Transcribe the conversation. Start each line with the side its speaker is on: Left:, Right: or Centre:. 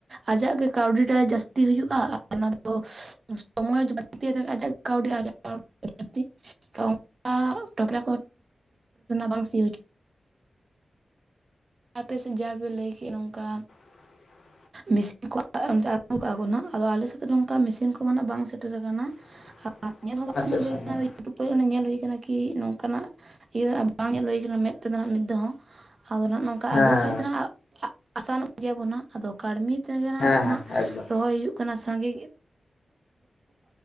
Right: ᱟᱡᱟᱜ ᱜᱮ ᱠᱟᱹᱣᱰᱤᱴᱟᱭ ᱡᱟᱹᱥᱛᱤ ᱦᱩᱭᱩᱜᱼᱟ ᱚᱱᱟ ᱫᱚ <unintelligible> ᱠᱟᱹᱣᱰᱤ ᱟᱨᱡᱟᱮ ᱟᱹᱰᱤ ᱞᱟᱠᱛᱤ ᱛᱚ ᱚᱱᱠᱟ ᱴᱚᱠᱨᱟ ᱠᱚ ᱵᱟᱝ ᱥᱤ ᱦᱚᱪᱚ ᱟᱯᱮ ᱥᱮᱫ ᱡᱟ ᱵᱮ ᱞᱟᱹᱭ ᱠᱮᱫᱮᱜᱼᱟ ᱱᱚᱝᱠᱟ
Left: <inaudible>
Right: ᱢᱮᱥᱤᱱ ᱠᱚ ᱚᱱᱛᱮ ᱟᱹᱜᱩ ᱠᱟᱜ ᱠᱚ ᱱᱟᱦᱟᱜ ᱟᱫᱚ ᱟᱞᱮ ᱥᱮᱫ ᱫᱚ ᱱᱚᱝᱠᱟ ᱢᱮᱥᱤᱱ ᱠᱚ ᱱᱟᱦᱟᱜ ᱵᱟᱝ ᱥᱮᱴᱮᱨ ᱟᱠᱟᱱᱟ
Left: <inaudible>
Right: <unintelligible>
Left: ᱟᱪᱪᱷᱟ ᱟᱪᱪᱷᱟ ᱦᱮᱸ
Right: ᱛᱚ ᱯᱚᱭ ᱚᱱᱮ ᱧᱮᱞ ᱦᱩᱭ ᱠᱟᱱᱟ ᱠᱤ ᱱᱚᱝᱠᱟᱱᱟᱜ ᱤᱭᱟᱹ ᱵᱟᱝ ᱧᱮᱞ ᱦᱩᱭ ᱠᱟᱱᱟ ᱢᱮᱫ ᱛᱮᱫᱚ ᱢᱤᱫ ᱫᱷᱟᱣᱦᱚᱸ ᱟᱫᱚ ᱦᱟᱜ ᱱᱚᱝ ᱚᱱᱠᱟ
Left: ᱦᱮᱸ
Right: ᱟᱹᱜᱩ ᱠᱷᱟᱡ ᱱᱟᱦᱟᱜ ᱟᱥᱟᱱᱚᱜ ᱜᱮᱭᱟᱵᱚᱱᱟ ᱟᱫᱚ ᱠᱟᱹᱲᱢᱤ ᱛᱮᱜᱮ ᱱᱟᱜ
Left: ᱦᱮᱸ
Right: ᱱᱤᱛᱚᱜ
Left: ᱦᱮᱸ
Right: ᱫᱚ ᱱᱟᱦᱟᱜ
Left: ᱮᱠᱫᱚᱢ
Right: ᱨᱚᱦᱚᱭ ᱦᱩᱭᱩᱜ ᱥᱟᱸᱜᱮ